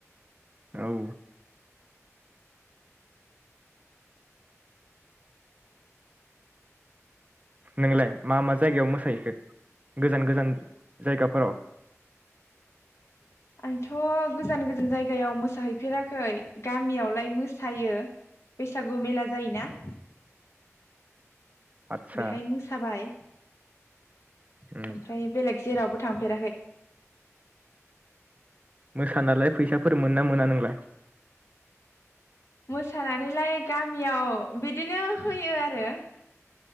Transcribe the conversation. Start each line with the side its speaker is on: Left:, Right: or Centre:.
Right: औ नोंलाय मा मा जायगायाव मोसाहैखो गोजान गोजान जायगाफोराव
Left: आंथ' गोजान गोजान जायगायाव मोसाहैफेराखै गामियावलाय मोसायो बैसागु मेला जायोना
Right: आदसा
Left: बेहाय मोसाबाय
Right: उम
Left: ओमफ्राय बेलेग जेरावबो थांफेराखै
Right: मोसानालाय फैसाफोर मोनो मोना नों <unintelligible>
Left: मोसानानैलाय गामियाव बिदिनो होयो आरो